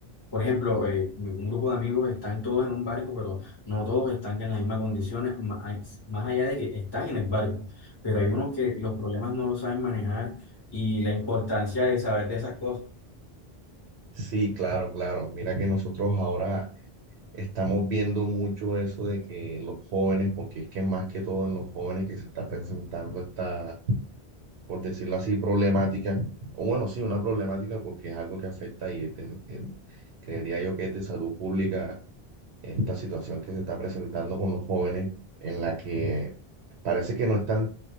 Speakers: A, on the left; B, on the right.
A: por ejemplo, eh, un grupo de amigos están todos en un barco, pero no todos están en las mismas condiciones, más, más allá de que están en el barco, pero hay unos que los problemas no los saben manejar y la importancia de saber de esas cosas.
B: Sí, claro, claro. Mira que nosotros ahora estamos viendo mucho eso de que los jóvenes, porque es que más que todo en los jóvenes que se está presentando esta, por decirlo así, problemática, o bueno, sí, una problemática porque es algo que afecta y es de- en- creería yo que es de salud pública esta situación que se está presentando con los jóvenes, en la que parece que no están